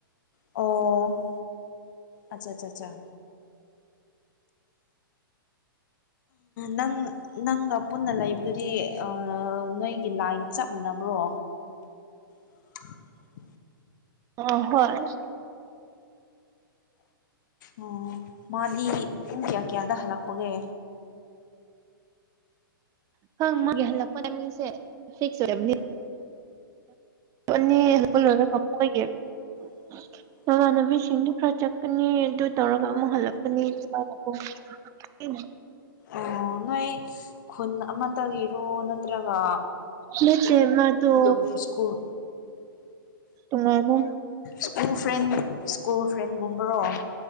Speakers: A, on the left; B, on the right.
A: ꯑꯣ ꯑꯆꯥ ꯆꯥ ꯆꯥ꯫ ꯅꯪ ꯅꯪꯒ ꯄꯨꯟꯅ ꯂꯩꯕꯗꯨꯗꯤ ꯑꯥ ꯅꯣꯏꯒꯤ ꯂꯥꯏꯟ ꯆꯞ ꯃꯥꯟꯅꯕ꯭ꯔꯣ꯫ <inaudible>
B: ꯑ ꯍꯣꯏ꯫
A: ꯑꯣ ꯃꯥꯗꯤ ꯄꯨꯡ ꯀꯌꯥ ꯀꯌꯥꯗ ꯍꯜꯂꯛꯄꯒꯦ꯫
B: <inaudible> <inaudible>
A: <inaudible>
B: ꯃꯃꯥꯟꯅꯕꯤ ꯁꯤꯡꯗꯤ ꯈꯔ ꯆꯠꯀꯅꯤ ꯑꯗꯨ ꯇꯧꯔꯒ ꯑꯃꯨꯛ ꯍꯜꯂꯛꯀꯅꯤ ꯑꯗꯨꯃꯥꯏꯅꯀꫭ꯫ <inaudible>
A: ꯑꯣ ꯅꯣꯏ ꯈꯨꯟ ꯑꯃꯇꯒꯤꯔꯣ ꯅꯠꯇ꯭ꯔꯒ
B: ꯅꯠꯇꯦ ꯃꯥꯗꯣ
A: ꯑꯗꯨꯝ ꯁ꯭ꯀꯨꯜ
B: ꯇꯣꯉꯜꯂꯦ꯫
A: ꯁ꯭ꯀꯨꯜ ꯐ꯭ꯔꯦꯟ ꯁ꯭ꯀꯨꯜ ꯐ꯭ꯔꯦꯟ ꯒꯨꯝꯕꯔꯣ꯫